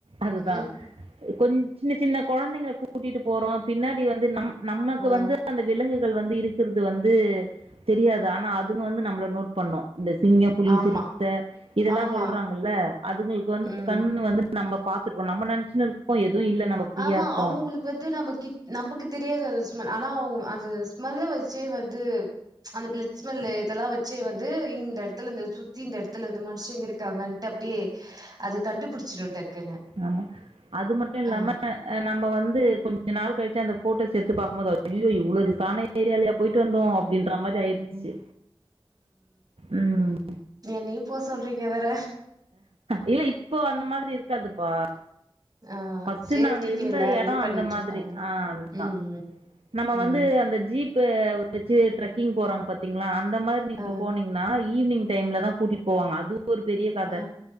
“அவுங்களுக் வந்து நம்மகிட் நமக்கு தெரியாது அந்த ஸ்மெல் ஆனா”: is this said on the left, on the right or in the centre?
Right